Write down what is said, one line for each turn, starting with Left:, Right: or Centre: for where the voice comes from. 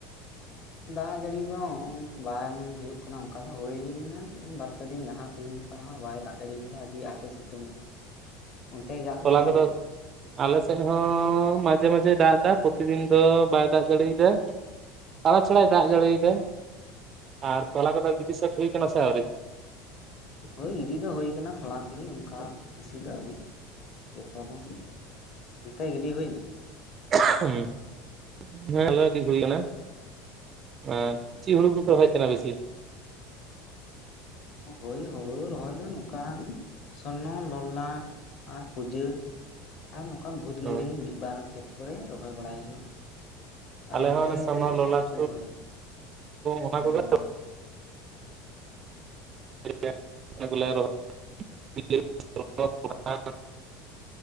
Left: ᱫᱟᱜ ᱡᱟᱹᱲᱤ ᱫᱚ ᱵᱟᱝ ᱦᱩᱭᱩᱜ ᱠᱟᱱᱟ ᱚᱱᱠᱟ ᱫᱚ ᱦᱩᱭ ᱞᱮᱱᱟ ᱵᱟᱨᱯᱮ ᱫᱤᱱ ᱞᱟᱦᱟ, ᱛᱮᱦᱧ ᱜᱟᱯᱟ ᱫᱚ ᱦᱟᱜ ᱵᱟᱭ ᱫᱟᱜ ᱫᱟᱲᱤ ᱟᱠᱟᱫᱟ ᱟᱹᱰᱤ ᱟᱸᱴᱮ ᱥᱤᱛᱩᱝ ᱮᱫᱼᱟ, ᱚᱱᱛᱮ ᱫᱟᱜ
Right: ᱛᱚᱞᱟ
Left: ᱡᱟᱹᱲᱤᱭᱮᱜᱼᱟ
Right: ᱠᱚᱫᱚ ᱟᱞᱮ ᱮᱥᱮᱫ ᱦᱚᱸ ᱢᱟᱡᱷᱮ ᱢᱟᱡᱷᱮᱭ ᱫᱟᱜ ᱫᱟ ᱯᱚᱛᱤᱫᱤᱱ ᱫᱚ ᱵᱟᱭ ᱫᱟᱜ ᱡᱟᱲᱤᱭᱮᱫᱟ᱾ ᱪᱷᱟᱲᱟ ᱪᱷᱟᱲᱟᱭ ᱫᱟᱜ ᱡᱟᱹᱲᱤᱭᱮᱫᱟᱭ ᱟᱨ ᱛᱚᱞᱟ ᱠᱚᱫᱚ ᱜᱤᱰᱤ ᱥᱟᱹᱛ ᱦᱩᱭ ᱠᱟᱱᱟ ᱥᱮ ᱟᱹᱣᱨᱤ?
Left: ᱦᱳᱭ ᱜᱤᱰᱤ ᱫᱚ ᱦᱳ ᱟᱠᱟᱱᱟ ᱛᱷᱚᱲᱟ ᱛᱷᱩᱚᱲᱤ ᱚᱱᱠᱟ ᱵᱤᱥᱤ ᱫᱚ ᱟᱹᱣᱨᱤ᱾ ᱡᱚᱛᱚᱱᱟ, ᱚᱱᱛᱮ ᱜᱤᱰᱤ ᱦᱩᱭ ᱱᱟ?
Right: <unintelligible> ᱦᱮᱸ ᱟᱞᱮ ᱜᱤᱰᱤ ᱡᱳᱭ ᱠᱟᱱᱟ᱾ ᱟᱨ ᱪᱮᱜ ᱦᱩᱲᱩ ᱠᱚᱯᱮ ᱨᱚᱦᱚᱭ ᱛᱟᱸᱦᱮᱱᱟ ᱵᱤᱥᱤ?
Left: ᱦᱚᱭ ᱦᱩᱲᱩ ᱨᱚᱦᱚᱭ ᱫᱚ ᱱᱚᱝᱠᱟ ᱥᱚᱨᱱᱚ ᱞᱚᱞᱟᱴ ᱟᱨ ᱯᱩᱡᱟᱹ᱾ ᱟᱨ ᱱᱚᱝᱠᱟ ᱵᱷᱩᱛ
Right: ᱦᱩᱸ
Left: ᱢᱩᱲᱤ ᱢᱤᱫ ᱵᱟᱨ ᱠᱷᱮᱛ ᱠᱚᱨᱮ ᱨᱚᱦᱚᱭ ᱵᱟᱲᱟᱭ ᱦᱩᱭᱩᱜᱼᱟ᱾ ᱟᱨ
Right: ᱟᱞᱮ
Left: ᱚᱱᱛᱮ
Right: ᱦᱚᱸ ᱚᱱᱮ ᱥᱚᱨᱱᱚ
Left: ᱪᱮᱫ
Right: ᱞᱚᱞᱟᱴ
Left: ᱠᱚ ᱨᱚᱦᱚᱭᱟ?
Right: ᱚᱱᱟ
Left: ᱦᱩᱸ
Right: ᱠᱚᱜᱮ <unintelligible>